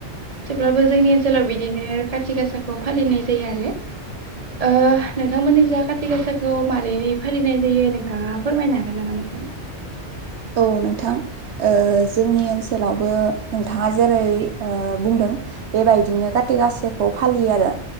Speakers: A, on the right; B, on the right.
A: थेवब्लाबो जोंनि ओनसोलाव बिदिनो खाथि गासा खौ फालिनाय जायो आरो ओ नोंथांमोननि जा खाथि गासाखौ मारै फालिनाय जायो नोंथाङा फोरमायनो हागोन नामा नोंथां?
B: औ नोंथां ओ जोंनि ओनसोलावबो नोंथाङा जेरै ओ बुंदों बेबायदिनो खाथि गासाखौ फालियो आरो